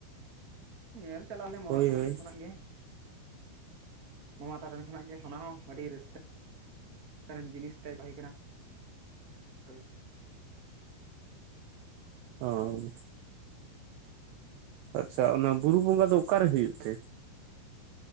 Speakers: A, on the right; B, on the right.
A: ᱧᱮᱞ ᱪᱟᱞᱟᱣ ᱞᱮᱱᱟ ᱢᱟᱢᱟ
B: ᱦᱳᱭ
A: ᱛᱟᱠᱚ
B: ᱦᱳᱭ
A: ᱴᱷᱮᱱ ᱠᱷᱚᱱᱟᱜ ᱜᱮ ᱢᱟᱢᱟ ᱛᱟᱨᱮᱱ ᱠᱷᱚᱱᱟᱜ ᱜᱮ ᱚᱱᱟ ᱦᱚᱸ ᱟᱹᱰᱤ ᱨᱟᱹᱥᱠᱟᱹ ᱠᱟᱨᱚᱱ ᱡᱤᱱᱤᱥ ᱛᱟᱭ ᱛᱟᱦᱮᱸ ᱠᱟᱱᱟ <inaudible>
B: ᱚ ᱟᱪᱪᱷᱟ ᱚᱱᱟ ᱵᱩᱨᱩ ᱵᱚᱸᱜᱟ ᱫᱚ ᱚᱠᱟᱨᱮ ᱦᱩᱭᱩᱜ ᱛᱮ